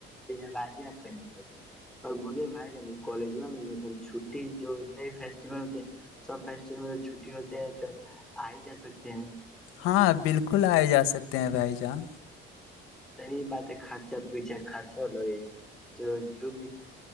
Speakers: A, in the centre; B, on the left.
A: تو آاز ہی آپ کر بہچتے اور بولیے بھائی جب کالج میںب چھٹی جو اتنے فیسٹیول ہوتے سب فیسٹیول میں چھٹی ہوتے ہیں تو آ ہی جا سکتے ہیں
B: ہاں بالکل آئے جا سکتے ہیں بھائی جان
A: تری بات ہے خرچا پیھا خرچا ل تو جو بھی